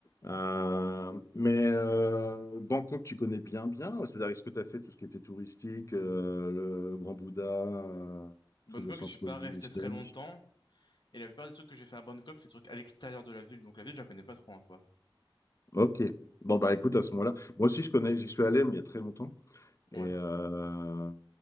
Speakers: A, on the left; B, on the left.
A: Euh, mais euh, Bangkok, tu connais bien, bien. C'est-à-dire, est-ce que tu as fait tout ce qui était touristique, euh, le Grand Bouddha, euh,
B: Bangkok
A: tout le centre-ville
B: je suis pas resté
A: historique?
B: très longtemps. Et la plupart des trucs que j'ai fait à Bangkok, c'est des trucs à l'extérieur de la ville. Donc la ville je la connais pas trop en soi.
A: Ok. Bon, bah écoute, à ce moment-là, moi aussi je connais, j'y suis allé, mais il y a très longtemps. Et
B: Ouais.
A: euh,